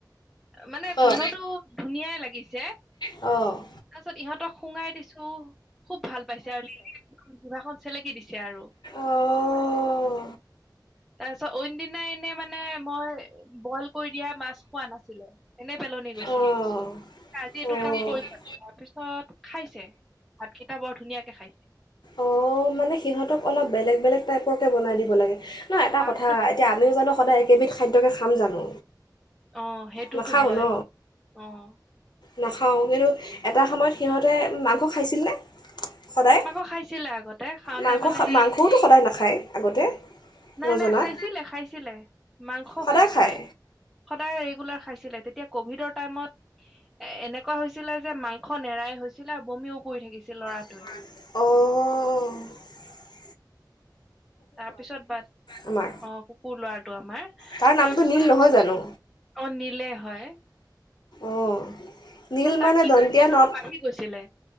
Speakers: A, in the centre; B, on the left.
A: মানে
B: অঁ
A: গোন্ধটো ধুনীয়াই লাগিছে। <unintelligible>
B: অ'
A: তাৰপিছত ইহঁতক শুঙাই দিছোঁ খুব ভাল পাইছে আৰু, লিলি একদম জিভাখন চেলেকি দিছে আৰু।
B: অঁ
A: তাৰপিছত অইন দিনা এনে মানে, মই বইল কৰি দিয়া মাছ খোৱা নাছিলে। এনে পেলনি গৈছিলে।
B: অঁ
A: তই আজি এইটো
B: অঁ
A: কাম কৰিছ তাৰপিছত খাইছে, ভাতকেইটা বৰ ধুনীয়াকে খাইছে।
B: অ', মানে সিহঁতক অলপ বেলেগ বেলেগ টাইপৰকে বনাই দিব লাগে। ন এটা
A: পাকটো
B: কথা, এতিয়া আমিও জানো সদায় একেবিধ খাদ্যকে খাম জানো?
A: অ', সেইটোতো
B: নাখাওঁ
A: হয়।
B: ন
A: অ'
B: নাখাওঁ কিন্তু এটা সময়ত সিহঁতে মাংস খাইছিলনে? সদায়
A: মাকৌ খাইছিলে আগতে, খাওঁতে
B: মাংস
A: মানে
B: খা-
A: সেই
B: মাংসওতো সদায় নাখায় আগতে
A: নাই
B: মই
A: নাই
B: জনাত
A: খাইছিলে, খাইছিলে। মাংস
B: সদায়
A: খুব
B: খায়
A: খাই, সদায় ৰেগুলাৰ খাইছিল। তেতিয়া কভিডৰ টাইমত এনেকুৱা হৈছিলে যে, মাংস নেৰাই হৈছিলে আৰু বমিও কৰি থাকছিল <unintelligible>
B: অ'
A: তাৰপিছত বাট,
B: আমাৰ
A: অ', কুকুৰ লৰাটো আমাৰ। তাৰপিছত
B: তাৰ নামটো নীল
A: অ',
B: নহয় জানো
A: নিলে হয়।
B: অ'
A: তাৰপিছত
B: নীল
A: তাৰ
B: মানে,
A: কিডনী
B: দন্ত্য
A: অলপ
B: নত
A: বাঢ়ি গৈছিলে